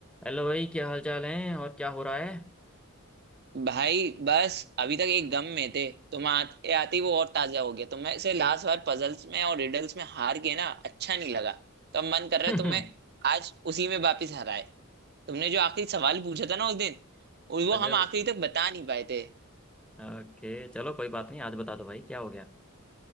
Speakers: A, in the centre; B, on the right.
A: हेलो भाई क्या हाल चाल है और क्या हो रहा है
B: भाई बस अभी तक एक गम में थे तुम आते आते ही वो और ताजा हो गया तुम्हें से लास्ट बार पजल्स में और रिडल्स में हार गए ना अच्छा नहीं लगा तो अब मन कर रहा
A: हम्म
B: है तुम्हें आज उसी में वापिस हराए तुमने जो आखिरी सवाल पूछा था ना उस दिन और वो
A: <laughs> पजल
B: हम आखिरी तक बता नहीं पाए थे
A: ओके चलो कोई बात नहीं आज बता दो भाई क्या हो गया